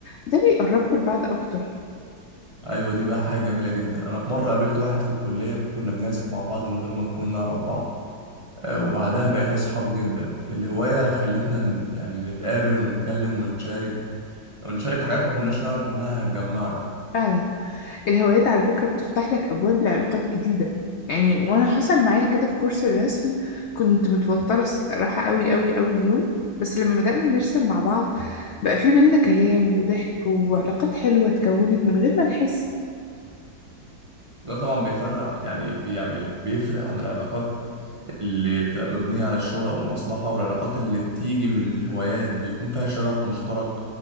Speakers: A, on the left; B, on the right.
A: ده بيقربكم لبعض أكتر
B: ايوه دي بقى حاجه جميله جدا انا في مره قابلت واحد في الكليه كنا بنعزف مع بعض من غير ما نكون نعرف بعض آه، وبعدها بقينا اصحاب جدا الهوايه خلتنا ن- يعني نتقابل ونتكلم ونتشارك ونشارك حاجات ما كناش نعرف انها هتجمعنا
A: فعلا الهوايات على فكرة بتفتح لك أبواب لعلاقات جديدة يعني وأنا حصل معايا كده في كورس الرسم كنت متوترة راحة قوي قوي قوي اليوم بس لما بدأنا نرسم مع بعض بقى في بينا كلام وضحك وعلاقات حلوة اتكونت من غير ما نحس
B: وده طبعا بيفرق يعني بي- يعني بيفرق عن العلاقات اللي بتبقى مبنيه على الشغل او المصلحه والعلاقات اللي بتيجي من الهوايات بيكون فيها شغف مشترك